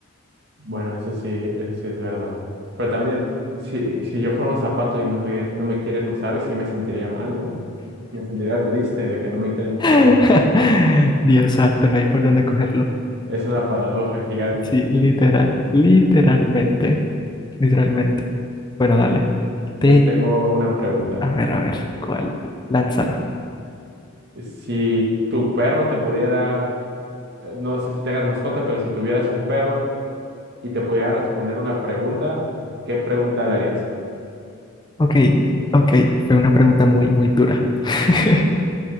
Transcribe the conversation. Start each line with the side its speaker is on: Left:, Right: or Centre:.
Right: Bueno, eso sí, eso sí es verdad. Pero también, si, si yo fuera un zapato y no me, no me quieren usar, sí me sentiría mal, ¿no? Me sentiría triste de que no me quieren usarlo.
Left: <laughs> Dios santo, no hay por dónde cogerlo.
Right: Es una paradoja gigante.
Left: Sí, literal, literalmente, literalmente. Bueno, dale.
Right: Yo
Left: Te,
Right: tengo una pregunta.
Left: a ver, a ver, ¿cuál? Lánzala.
Right: Si tu perro te pudiera, eh, no sé si tengas mascota, pero si tuvieras un perro y te pudiera responder una pregunta, ¿qué pregunta le harías?
Left: Ok, ok, fue una pregunta muy, muy dura. <laughs>